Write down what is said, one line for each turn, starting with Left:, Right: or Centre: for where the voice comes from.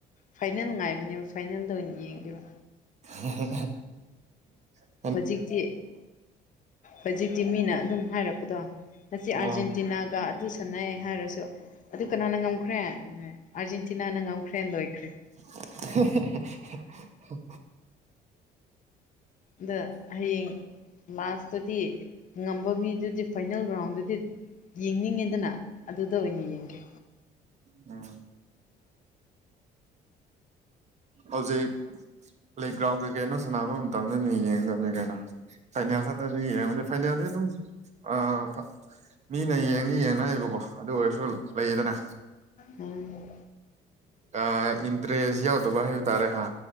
Left: ꯐꯥꯏꯅꯦꯜ ꯅꯨꯡꯉꯥꯏꯕꯅꯦꯕ ꯐꯥꯏꯅꯦꯜꯗ ꯑꯣꯏꯅ ꯌꯦꯡꯒꯦꯕ
Right: ꯍꯦ ꯍꯦꯍꯦ ꯍꯥ
Left: ꯍꯧꯖꯤꯛꯇꯤ ꯍꯧꯖꯤꯛꯇꯤ ꯃꯤꯅ ꯑꯗꯨꯝ ꯍꯥꯏꯔꯛꯄꯗꯣ ꯉꯁꯤ ꯑꯥꯔꯖꯦꯟꯇꯤꯅꯥꯒ
Right: ꯑꯥ
Left: ꯑꯗꯨ ꯁꯥꯟꯅꯩ ꯍꯥꯏꯔꯁꯨ ꯑꯗꯨ ꯀꯅꯥꯅ ꯉꯝꯈ꯭ꯔꯦ <unintelligible> ꯑꯥꯔꯖꯦꯟꯇꯤꯅꯥꯅ ꯉꯝꯈ꯭ꯔꯦ ꯂꯣꯏꯈ꯭ꯔꯦ
Right: ꯍꯥ ꯍꯥ ꯍꯥ ꯍꯥ
Left: ꯑꯗ ꯍꯌꯦꯡ ꯂꯥꯁꯇꯗꯤ ꯉꯝꯕ ꯃꯤꯗꯨꯗꯤ ꯐꯥꯏꯅꯦꯜ ꯔꯥꯎꯟꯗꯗꯤ ꯌꯦꯡꯅꯤꯡꯉꯦꯗꯅ ꯑꯗꯨꯗ ꯑꯣꯏꯅ ꯌꯦꯡꯒꯦ
Right: ꯎꯨꯝ ꯍꯧꯖꯤꯛ ꯄ꯭ꯂꯦꯒ꯭ꯔꯥꯎꯟ ꯀꯩꯀꯩꯅꯣ ꯁꯥꯟꯅꯕ ꯃꯇꯝꯗꯅꯦ ꯌꯦꯡꯒꯗꯕꯅꯦ ꯀꯥꯏꯩꯅꯣ ꯐꯥꯏꯅꯦꯜ ꯈꯗꯤ ꯌꯦꯕꯗꯤ ꯐꯥꯏꯅꯦꯜꯗꯤ ꯑꯗꯨꯝ ꯑꯥ ꯐꯥ ꯃꯤꯅ ꯌꯦꯡꯗꯤ ꯌꯦꯡꯅꯩꯕꯀꯣ ꯑꯗꯨ ꯑꯣꯏꯔꯁꯨ ꯂꯩꯌꯦꯗꯅ
Left: ꯎꯝ
Right: ꯑ ꯏꯟꯇꯔꯦꯁ ꯌꯥꯎꯗꯕ ꯍꯥꯏꯕ ꯇꯥꯔꯦ ꯍꯥ